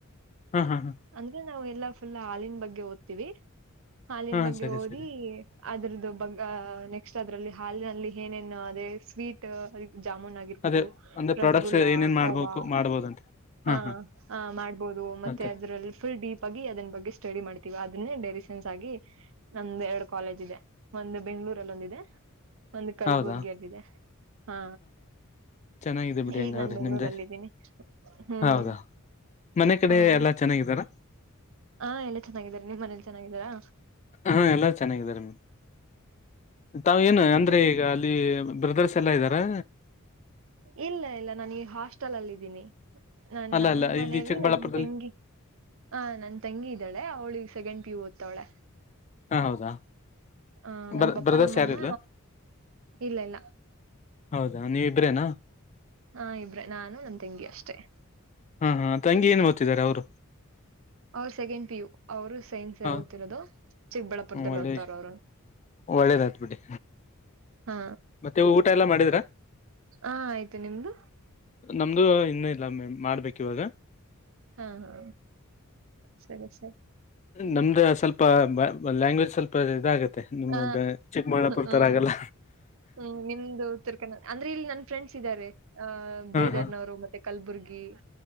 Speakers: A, on the left; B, on the right.
A: ಹಾ ಹಾ ಹಾ
B: ಅಂದ್ರೆ ನಾವು ಎಲ್ಲಾ ಫುಲ್ ಹಾಲಿನ ಬಗ್ಗೆ ಓದ್ತಿವಿ ಹಾಲಿನ
A: ಹಾ
B: ಬಗ್ಗೆ
A: ಸರಿ
B: ಓದಿ
A: ಸರಿ
B: ಅದ್ರದ್ದು ಬಗ್ ನೆಕ್ಸ್ಟ್ ಅದ್ರಲ್ಲಿ ಹಾಲಿನಲ್ಲಿ ಏನೇನು ಅದೇ ಸ್ವೀಟ್ ಜಾಮೂನ್ ಆಗಿ ಇರಬಹದು
A: ಅದೇ ಅಂದ್ರೆ ಪ್ರಾಡಕ್ಟ್ಸ್
B: ರಸಗುಲ್ಲಾ
A: ಏನೇನ್ ಮಾಡ್ಬೇಕು
B: ಕೋವಾ
A: ಮಾಡ್ಬೋದಂತೆ ಹಾ
B: ಹ
A: ಹಾ
B: ಹ ಮಾಡ್ಬೋದು ಮತ್ತೆ
A: ಆತರ
B: ಅದ್ರಲ್ಲಿ ಫುಲ್ ಬಗಿ ಅದನ್ ಬಗ್ಗೆ ಸ್ಟಡಿ ಮಾಡ್ತೀವಿ ಅದನ್ನೇ ಡೆರಿ ಸೆನ್ಸ್ ಆಗಿ ನಮ್ದುಎರಡು ಕಾಲೇಜ್ ಇದೆ ಒಂದು ಬೆಂಗಳೂರಲ್ಲಿ ಒಂದಿದೆ ಒಂದು ಕಲ್ಬುರ್ಗಿಯಲ್ಲಿದೆ
A: ಹೌದಾ
B: ಹಾ
A: ಚೆನ್ನಾಗಿದೆ ಬಿಡಿ ಹಂಗಾದ್ರೆ
B: ಈಗ ನನ್
A: ನಿಮ್ದೆ
B: ಲ್ಲಿದ್ದೀನಿ ಹ್ಮ್
A: ಹೌದಾ ಮನೆ ಕಡೆ
B: ಹ್ಮ್
A: ಎಲ್ಲಾ ಚೆನ್ನಾಗಿದಾರ
B: ಹಾ ಎಲ್ಲ ಚೆನ್ನಾಗಿದ್ದಾರೆ ನಿಮ್ಮ ಮನಲಿ ಚೆನ್ನಾಗಿದ್ದೀರಾ
A: ಹಾ ಎಲ್ಲ ಚೆನ್ನಾಗಿದ್ದಾರೆ ಮ್ ತಾವ ಏನು ಅಂದ್ರೆ ಈಗ ಬ್ರದರ್ಸ್ ಎಲ್ಲಾ ಇದ್ದಾರಾ
B: ಇಲ್ಲ ಇಲ್ಲ ನಾನು ಈಗ ಹಾಸ್ಟೆಲ್ ಅಲ್ಲಿ ಇದಿನಿ ನಾ
A: ಅಲ್ಲ
B: ನಮ್ಮ
A: ಅಲ್ಲ
B: ಮನೇಲಿ
A: ಇಲ್ಲಿ ಚಿಕ್ಕಬಳ್ಳಾಪುರದಲ್ಲಿ
B: ನನ್ ತೆಂಗಿ ಹ ನನ್ ತಂಗಿ ಇದ್ದಾಳೆ ಅವಳಿಗ ಸೆಗೆಂಡ್ ಪಿಯು ಓದ್ತವಳೆ
A: ಹ ಹೌದಾ
B: ಆ
A: ಬ
B: ನಮ ಪಪ್ಪ
A: ಬ್ರದರ್ಸ್
B: ನಮ್ಮಮ್ಮ
A: ಯಾರಿಲ್ಲ
B: ಇಲ್ಲ ಇಲ್ಲ
A: ಹೌದಾ ನೀವ ಇಬ್ರೇನಾ
B: ಹಾ ಇಬ್ರೆ ನಾನು ನನ್ ತೆಂಗಿ ಅಷ್ಟೇ
A: ಹಾ ಹಾ ತಂಗಿ ಏನು ಓತ್ತಿದ್ದಾರೆ ಅವರು
B: ಅವರು ಸೆಕೆಂಡ್ ಪಿ ಯು ಅವ್ರು ಸೈನ್ಸ್
A: ಹ
B: ಓತಿರೋದು ಚಿಕ್ಕಬಳ್ಳಾಪುರದಲ್ಲಿ
A: ಒಳ್ಳೆ
B: ಓದ್ತಾರ ಅವ್ರರುನು
A: ಒಳ್ಳೇದಾಯ್ತ್ ಬಿಡಿ
B: ಹಾ
A: ಮತ್ತೆ ಊಟ ಎಲ್ಲಾ ಮಾಡಿದ್ರ
B: ಹಾ ಆಯ್ತು ನಿಮ್ದು
A: ನಮ್ದು ಇನ್ನೂ ಇಲ್ಲ ಮೆಂ ಮಾಡ್ಬೇಕು ಇವಾಗ
B: ಹಾ ಹಾ ಸರಿ ಸರಿ
A: ನಮ್ದ ಸ್ವಲ್ಪ ಲ್ಯಾಂಗ್ವೇಜ್ ಸ್ವಲ್ಪ ಇದಾಗುತ್ತೆ ನಿಮ್
B: ಹ
A: ಚೆಕ್ ಚಿಕ್ಕಬಳ್ಳಾಪುರ
B: ಹ್ಮ್
A: ತರಆಗಲ್ಲ
B: ಹ್ಮ್ ನಿಮ್ದು ಉತ್ತರ ಅಂದ್ರೆ ಇಲ್ಲಿ ನನ್ ಫ್ರೆಂಡ್ಸ್ ಇದ್ದಾರೆ ಅ ಬೀದರ್ನವರು
A: ಹಾ
B: ಮತ್ತೆ ಕಲ್ಬುರ್ಗಿ